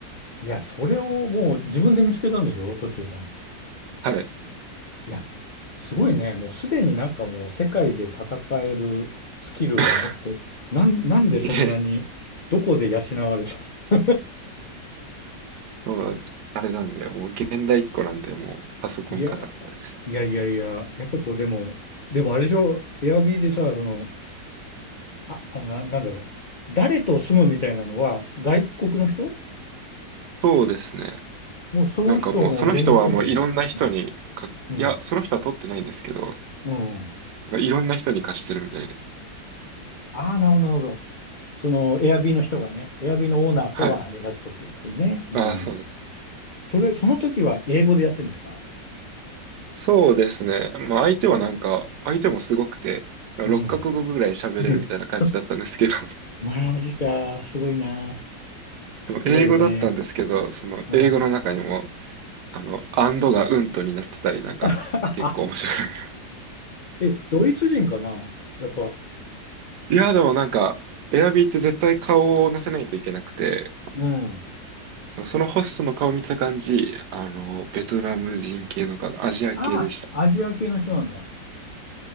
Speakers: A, on the left; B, on the right.
A: いや、それをもう自分で見つけたんでしょ、トッシーさん。
B: はい。
A: いや、すごいね。もうすでになんかもう世界で戦えるスキルを持って、
B: <laughs>
A: なん、なんでそんなに、
B: いえ、
A: どこで養われたの
B: もう、あれなんだよ。もう現代一個なんで、もうパソコンカタカタです。
A: <laughs> いや、いやいやいや、やっぱこう、でも、でもあれでしょ、エアビーでさ、その、あ、あの、な、なんだろう。誰と住むみたいなのは、外国の人
B: そうですね。
A: もうその人も連絡取ってるの。
B: なんかもう、その人はもういろんな人にか、
A: うん。うん。
B: いや、その人は取ってないんですけど、
A: うん、
B: なんかいろんな人に貸してるみたいです。
A: ああーなるほど、なるほど。その、エアビーの人がね、エアビーのオーナーとは連絡取ってるところね。
B: はい。
A: うん。
B: ああ、そうです。
A: それ、その時は英語でやってるんですか
B: そうですね。まあ相手はなんか、相手もすごくて、六角語ぐぐらい喋れるみたいな感じだったんですけど、
A: うん。で、<laughs>
B: <laughs>
A: マジか。すごいな。
B: でも英語だったんですけど、
A: すごいよね。
B: その英語の中にも、
A: うん。
B: あの、アンドがうんとになってたり、なんか、
A: <laughs>
B: 結構面白い。<laughs>
A: え、ドイツ人かなやっぱ。
B: いや、でもなんか、エアビーって絶対顔を載せないといけなくて、
A: うん。
B: そのホストの顔見た感じ、あの、ベトナム人系の方、アジア系でした。
A: ああ、アジア系の人なんだ。